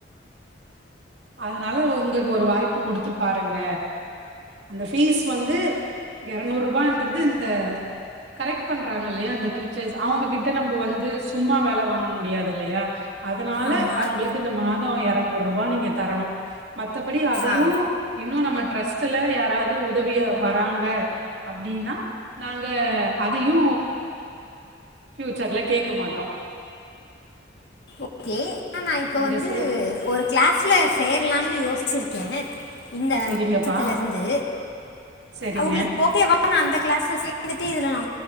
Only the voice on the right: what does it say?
அதனால உங்ளுக்கு ஒரு வாய்ப்பு கொடுத்து பாருங்க அந்த ஃபீஸ் வந்து இரநூறு ரூபான்றது இந்த கரெக்ட் பண்றாங்க இல்லையா அந்த டீச்சர்ஸ் அவங்ககிட்ட நம்ப வந்து சும்மா வேலை வாங்க முடியாது இல்லையா அதனால
அவங்களுக்கு இந்த மாதம் இரநூறு ரூபாய் நீங்க தரணு மத்தபடி அதையு
இன்னு நம்ம ட்ரஸ்ட்ல யாராவது உதவிய வராங்க அப்டின்னா நாங்க அதையு ஃபியூச்சர்ல கேட்க மாட்டோ
இந்த
சே
சரிங்கப்பா
சரிங்க